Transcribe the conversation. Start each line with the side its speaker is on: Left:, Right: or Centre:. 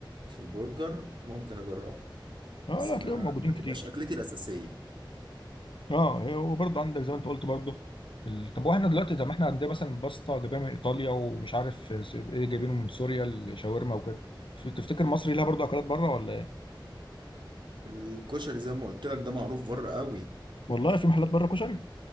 Right: في البرجر ممكن اجربه
Left: اه
Right: بس
Left: لا
Right: ما
Left: هتلاقيهم موجودين
Right: ما
Left: كتير
Right: تبقاش اكلتي الاساسية
Left: اه هي- وبرضه عندك زي ما انت قلت برضه ال- طب واحنا دلوقتي طب ما احنا عندنا مثلا باستا جايبينها من ايطاليا ومش عارف س- ايه جايبينه من سوريا الشاورما وكده ف- تفتكر مصر لها برضه اكلات بره ولا ايه؟
Right: الكشري زي ما قلت لك ده معروف بره قوي
Left: والله في محلات بره كشري